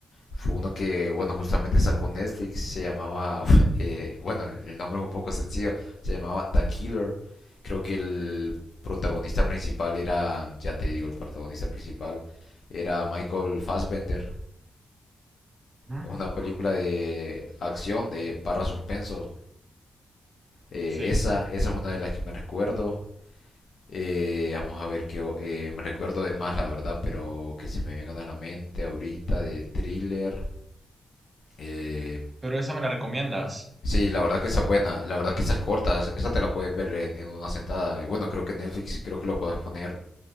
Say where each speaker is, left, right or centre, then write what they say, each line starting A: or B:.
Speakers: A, on the left; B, on the right.
A: fue uno que, bueno, justamente sacó Netflix, se llamaba, <laughs> eh, bueno, el el nombre es un poco sencillo, se llamaba The Killer. Creo que el protagonista principal era, ya te digo, el protagonista principal era Michael Fassbender.
B: Ujú,
A: Es una película de acción, de barra suspenso. Eh,
B: Sí,
A: esa, esa es una de las que me recuerdo. Eh, vamos a ver que eh, me recuerdo de más, la verdad, pero que se me vengan a la mente ahorita de thriller. eh,
B: pero esa me la recomiendas.
A: sí, la verdad que esa es buena, la verdad que esa es corta, esa te la puedes ver en, en una sentada. Y bueno, creo que Netflix, sí creo que lo puedes poner.